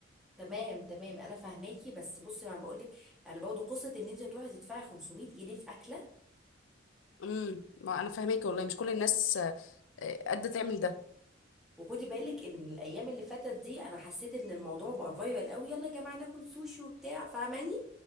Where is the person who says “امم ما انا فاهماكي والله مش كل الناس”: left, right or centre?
Left